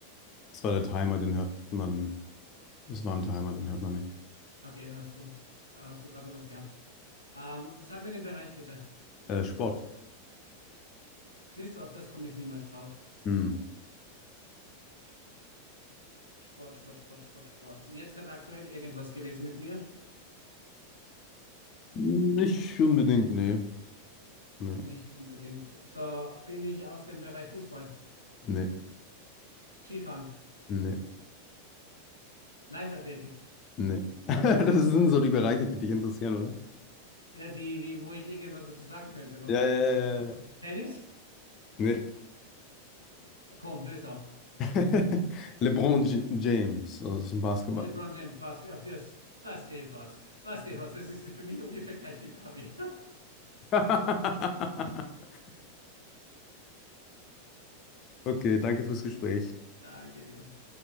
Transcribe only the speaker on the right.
Okay, dann hast du, hast du gerade noch was gehabt. Ähm, sag mir den Bereich bitte.
Siehst du, auf das komme ich niemals drauf.
Sport, Sport, Sport, Sport, Sport. Jetzt gerade aktuell irgendwas gewesen mit mir?
Nicht unbedingt. So, bin ich aus dem Bereich Fußball,
Skifahren,
Leichtathletik.
Ja, die, die, wo ich irgendwas dazu sagen könnte noch.
Tennis?
Äh, Komm, löse auf.
LeBron James Basketball. Das, was, der was. Was, der was. Das ist für mich ungefähr gleich wie Barbie.
<laughs> Danke dir.